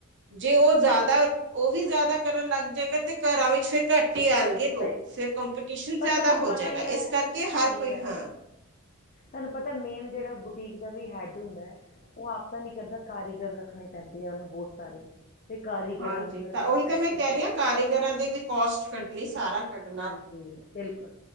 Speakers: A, on the right; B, on the left.
A: ਜੇ ਉਹ ਜ਼ਿਆਦਾ ਉਹ ਵੀ ਜ਼ਿਆਦਾ ਕਰਨ ਲੱਗ ਜਾਏਗਾ ਤੇ ਘਰਾਂ ਵਿੱਚ ਫਿਰ ਘੱਟ ਆਂਣਗੇ ਲੋਕ,
B: ਸਹੀ ਗੱਲ
A: ਫਿਰ
B: ਹੈ
A: ਕੰਪੀਟੀਸ਼ਨ ਜ਼ਿਆਦਾ
B: ਪਰ ਤੁਹਾਨੂੰ
A: ਹੋ
B: ਪਤਾ
A: ਜਾਏਗਾ,
B: ਹੀ
A: ਇਸ
B: ਹੈ
A: ਕਰਕੇ
B: ਸਹੀ
A: ਹਰ ਕੋਈ
B: ਗੱਲ
A: ਹਾਂ।
B: ਹੈ ਤੁਹਾਨੂੰ ਪਤਾ ਮੇਨ ਜਿਹੜਾ ਬੁ ਇਕ ਹੈਡ ਹੁੰਦਾ ਏ, ਉਹ ਆਪ ਤਾਂ ਨੀਂ ਕਰਦਾ, ਕਾਰੀਗਰ ਰੱਖਣੇ ਪੈਂਦੇ ਆ ਉਹਨੂੰ ਬਹੁਤ ਸਾਰੇ ਤੇ ਕਾਰੀਗਰਾਂ
A: ਹਾਂਜੀ
B: ਨੂੰ ਵੀ ਉਹਨਾਂ
A: ਤਾਂ
B: ਨੂੰ
A: ਉਹੀ ਤਾਂ
B: ਪੈਸੇ
A: ਮੈਂ ਕਹਿ
B: ਦੇਣੇ
A: ਰਹੀ ਹਾਂ,
B: ਪੈਂਦੇ
A: ਕਾਰੀਗਰਾਂ
B: ਆ।
A: ਦੇ ਵੀ ਕੋਸਟ ਕੱਢਣੀ ਸਾਰਾ ਕੱਢ
B: ਹਾਂਜੀ, ਬਿਲਕੁਲ